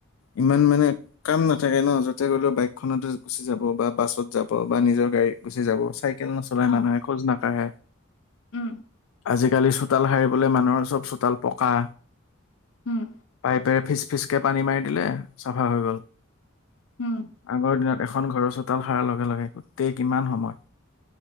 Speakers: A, on the left (about 75°); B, on the left (about 60°).
A: ইমান মানে কাম নাথাকে ন য'তে গ'লেও বাইকখনত গুচি যাব বাছত যাব বা নিজৰ গাড়ীত গুচি যাব চাইকেল নচলাই
B: অ
A: মানুহে খোজ নাকাঢ়ে
B: উম
A: আজিকালি চোতাল সাৰিবলৈ মানুহৰ চব চোতাল পকাঁ।
B: উম
A: পাইপেৰে ফিচ ফিচকে পানী মাৰি দিলে চাফা হৈ গ'ল।
B: উম
A: আগৰ দিনত এখন ঘৰৰ চোতাল সাৰ লগে লগে গোটেই কিমান সময়। <inaudible>